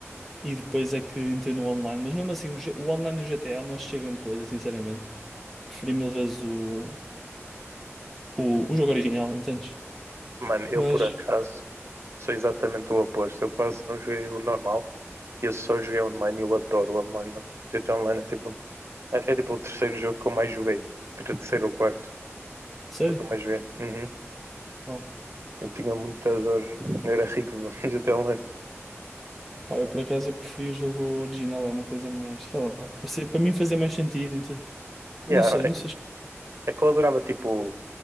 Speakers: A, in the centre; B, on the right.
A: E depois é que entrei no online. Mas mesmo assim, o, G- o online do GTA não achei grande coisa, sinceramente. Preferi mil vezes o, o, o jogo original, entendes?
B: Mano, eu
A: Mas,
B: por acaso sou exatamente o oposto. Eu quase não joguei o normal. Eu só joguei online e eu adoro o online, mano. GTA Online é tipo, acho que é tipo o terceiro jogo que eu mais joguei. Terceiro ou quarto
A: sério,
B: jogo que eu mais joguei. Uhum.
A: oh,
B: Eu tinha muitas horas. Eu era rico no <laughs> GTA Online.
A: pá, eu por acaso eu preferi o jogo original, é uma coisa mais, sei lá, parecia- para mim fazia mais sentido, entendes?
B: Yeah,
A: Não sei, não sei.
B: É que eu adorava, tipo,